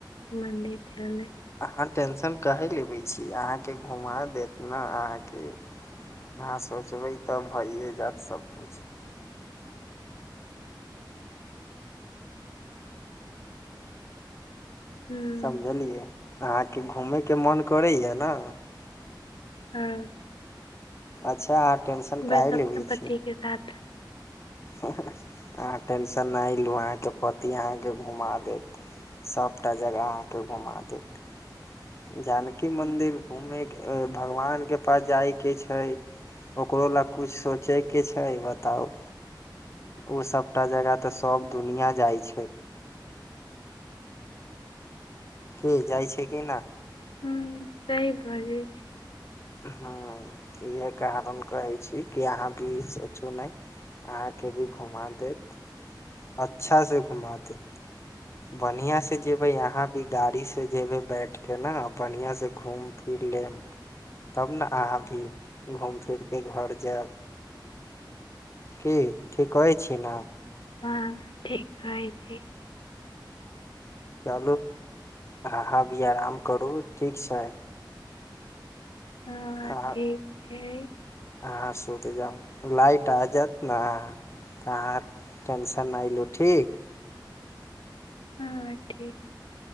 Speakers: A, on the left; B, on the left.
A: मन्दि चले
B: अहाँ टेंशन काहे लेबै छी अहाँके घुमा देत ने अहाँके अहां सोचबै तब भइए जाएत सबकिछु
A: हुँ
B: समझलियै अहाँके घूमयके मोन करैए न
A: हँ
B: अच्छा अहाँ टेंशन
A: बस
B: काहे
A: अपना
B: लेबै
A: पतिके
B: छी
A: साथ
B: अहाँ टेंशन नहि लू अहाँके पति अहाँकेँ घुमा देत सभटा जगह अहाँकेँ घुमा देत जानकी मन्दिर
A: हुँ
B: घूमे के भगवान के पास जायके छै ओकरो लए कुछु सोचैके छै बताउ ओ सभटा जगह तऽ सभ दुनिया जाइ छै कि जाइ छै कि न
A: हुँ सही बजै छी
B: ह इह कारण कहै छी कि अहाँ भी सोचू नहि अहाँके भी घुमा देत अच्छा से घुमा देत बढ़ियां से जेबय अहााँ भी गाड़ी से जेबे बैठ के ने बढ़ियां से घूम फिर फिर लेब तब ने अहां भी घूम फिर के घर जायब की ठी कहै छी न
A: हँ ठीक कहय छी
B: चलू अहाँ भी आराम करू ठीक छै
A: हँ
B: आहां
A: ठीक छै
B: आहा सुत जाउ लाइट आ जात ना आहां टेंशन नहि लू ठीक
A: हँ ठीक